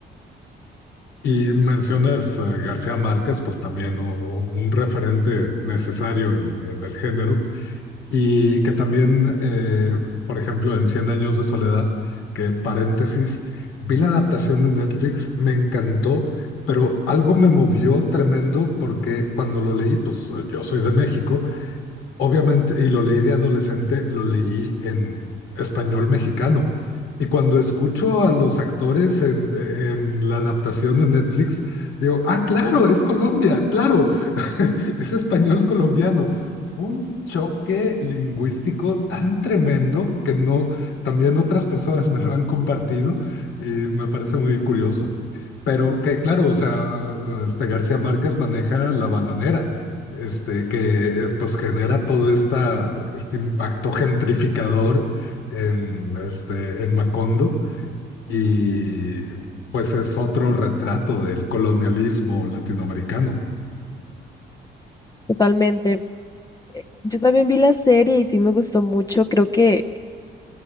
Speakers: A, on the left; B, on the left.
A: Y mencionas a García Márquez, pues también un, un referente necesario en, en el género, y que también, eh, por ejemplo, en Cien años de soledad, que paréntesis, vi la adaptación de Netflix, me encantó, pero algo me movió tremendo porque cuando lo leí, pues yo soy de México Obviamente, y lo leí de adolescente, lo leí en español mexicano. Y cuando escucho a los actores en, en la adaptación de Netflix, digo, ah, claro, es Colombia, claro, <laughs> es español colombiano. Fue Un choque lingüístico tan tremendo que no, también otras personas <laughs> me lo han compartido y me parece muy curioso. Pero que, claro, o sea, este García Márquez maneja la bananera este, que eh, pues genera todo esta, este impacto gentrificador en, este, en Macondo y pues es otro retrato del colonialismo latinoamericano.
B: Totalmente. Yo también vi la serie y sí me gustó mucho. Creo que,